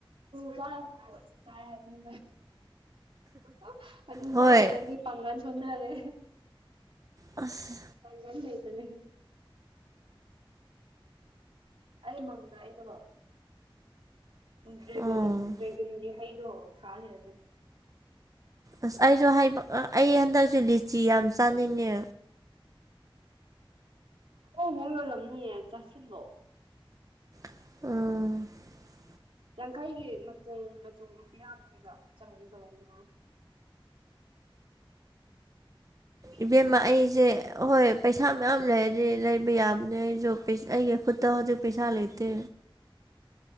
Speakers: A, on the right; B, on the right.
A: ꯀ ꯀ ꯍꯥꯏ <unintelligible> <unintelligible> ꯑꯗꯨꯖꯥ
B: ꯍꯣꯏ
A: ꯑꯣꯗꯗꯒꯤ ꯄꯪꯉꯅ ꯆꯗ꯭ꯔꯔꯦ
B: ꯑꯁ
A: ꯀꯅꯤ ꯀꯩ ꯑꯩ ꯃꯪꯗ ꯑꯩꯗꯣ ꯗ꯭ꯔꯒꯟ
B: ꯎꯝ
A: ꯗ꯭ꯔꯒꯟꯒꯤ ꯍꯩꯗ ꯊꯥ ꯂꯩ ꯑꯗꯨꯅꯦ
B: ꯑꯁ ꯑꯩꯁꯨ ꯍꯥꯏꯕ ꯑꯩ ꯍꯟꯗꯛꯁꯨ ꯂꯤꯆꯤ ꯌꯥꯝ ꯆꯥꯅꯤꯡꯉꯦ
A: ꯑꯣ ꯃꯣꯏ ꯑꯣꯏꯂꯝꯅꯤ ꯆꯥꯁꯤꯜꯂꯣ
B: ꯑꯥ
A: ꯌꯥꯡꯈꯩꯒꯤ ꯃꯇꯨꯝ ꯃꯆꯨꯝ ꯄꯤꯌꯥꯝ ꯑꯣꯏꯕ ꯆꯍꯣꯡ ꯆꯍꯣꯡꯅ ꯄꯤꯗ꯭ꯔꯣ
B: ꯏꯕꯦꯝꯃ ꯑꯩꯁꯦ ꯑꯍꯣꯏ ꯄꯩꯁꯥ ꯃꯌꯥꯝ ꯂꯩꯔꯗꯤ ꯂꯩꯕ ꯌꯥꯕꯅꯦ ꯑꯩꯁꯨ ꯑꯩꯒꯤ ꯈꯨꯠꯇ ꯍꯧꯖꯤꯛ ꯄꯩꯁꯥ ꯂꯩꯇꯦ